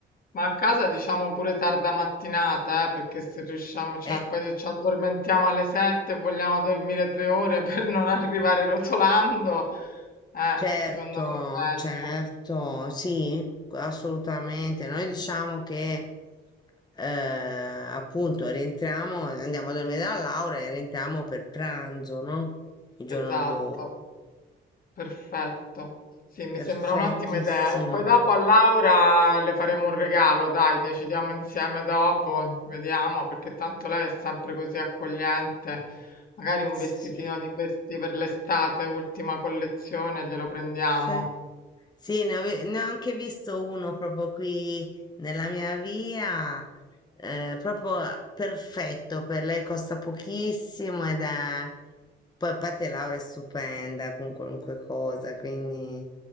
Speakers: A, on the left; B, on the left.
A: ma a casa diciamo pure tarda mattinata, eh, perché se riusciamo, cioè,
B: E
A: poi se ci addormentiamo alle 7 e vogliamo dormire tre ore <laughs> per non arrivare rotolando, eh,
B: Certo,
A: secondo me è
B: certo,
A: meglio.
B: sì, assolutamente. Noi diciamo che eh, appunto rientriamo, andiamo a dormire da Laura e rientriamo per pranzo, no? Il giorno
A: Esatto.
B: dopo.
A: Perfetto. Sì, mi
B: Perfettissimo.
A: sembra un'ottima idea. E poi dopo a Laura le faremo un regalo, dai, decidiamo insieme dopo, vediamo, perché tanto lei è sempre così accogliente. Magari un
B: Sì.
A: vestitino di questi per l'estate, ultima collezione, glielo prendiamo.
B: Se- Sì, ne, ave- ne ho anche visto uno proprio qui nella mia via, eh, proprio perfetto per lei, costa pochissimo ed è... Poi a parte Laura è stupenda con qualunque cosa, quindi...